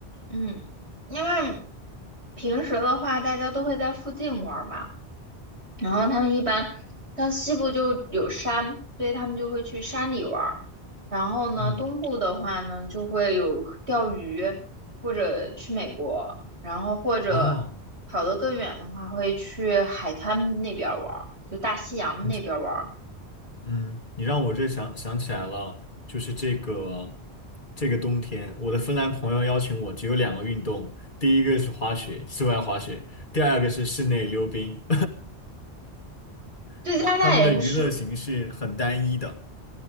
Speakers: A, on the right (about 75°); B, on the left (about 45°).
A: 嗯，因为平时的话，大家都会在附近玩儿嘛，然后他们一般，但西部就有山，所以他们就会去山里玩儿。然后呢，
B: 嗯
A: 东部的话呢，就会有钓鱼，或者去美国，然后或者跑得更远的话，
B: 啊。
A: 会去海滩那边儿玩儿，就大西洋那边儿玩儿。
B: 你这。嗯，你让我这想想起来了，就是这个这个冬天，我的芬兰朋友邀请我，只有两个运动，第一个是滑雪，室外滑雪，第二个是室内溜冰，
A: 对，
B: <laughs>
A: 加拿大也是，
B: 他们的娱乐形式很单一的。